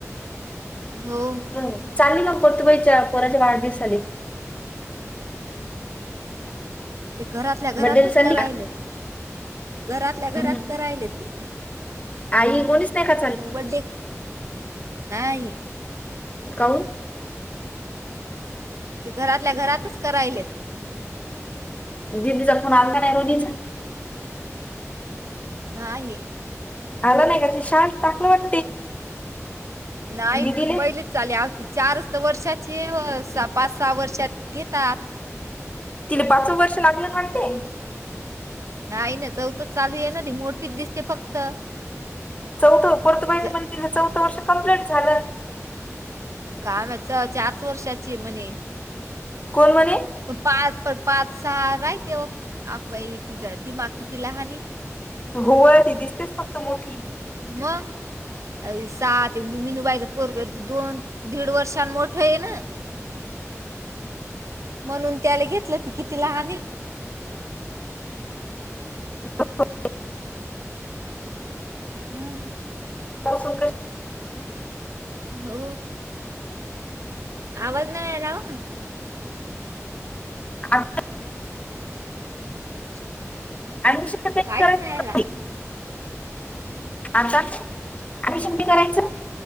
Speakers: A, on the right; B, on the left.
A: हो
B: तू चालली मग परतुबाईच्या पोराचे वाढदिवसाले?
A: ते घरातल्या घरातच
B: बड्डेला चालली
A: करायले.
B: का?
A: घरातल्या घरात
B: हम्म
A: करायले ते.
B: आई कोणीच नही खात?
A: मग बड्डे? नाही.
B: काऊन?
A: ते घरातल्या घरातच करायले.
B: दिदीचा फोन आलता नाही दीदीचा
A: नाही
B: आला नाही का ते शान टाकलं वाटते
A: नाही
B: दिदीले
A: ती पहिली चाली आमची चारच तर वर्षाची ये वो सहा पाच सहा वर्षात घेतात.
B: तिला पाचवं वर्ष लागलं ना वाटते.
A: नाही ना चौथंच चालू आहे ना ती मोठीच दिसते फक्त.
B: चौथं <inaudible> चौथं
A: ज-
B: वर्ष कंप्लीट झालं
A: काय माहीत चारच वर्षाची म्हणे
B: कोण म्हणे
A: पाच पण पाच सहा राहते आपबाई तिचा दिमाग किती ल हनी
B: हो ती दिसतेच फक्त मोठी
A: मग अ सात मिनू बाईच पोरग दोन दीड वर्षांनी मोठं आहे ना म्हणून त्याला घेतलं ते किती लहान ये
B: ह <unintelligible>
A: हम्म
B: <unintelligible>
A: हो आवाज नाय यायलावो
B: अ <unintelligible>
A: <unintelligible>
B: अ ऍडमिशन
A: काहीच नाही आला
B: <unintelligible> आता ॲडमिशन ते करायचं